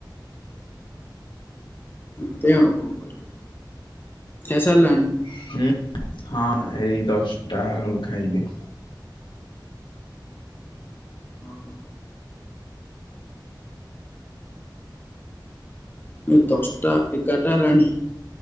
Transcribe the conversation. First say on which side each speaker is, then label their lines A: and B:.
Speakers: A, on the left; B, on the left.
A: ଏମ୍ତି ଆଉ କଣ କରିବା। ଖଇ ସରିଲଣି?
B: ହୁଁ ହଁ ଏଇ ଦଶଟା ବେଳୁ ଖାଇଲି।
A: ଓହୋ। ଏ ଦଶଟା ଏଗାରଟା ହେଲାଣି।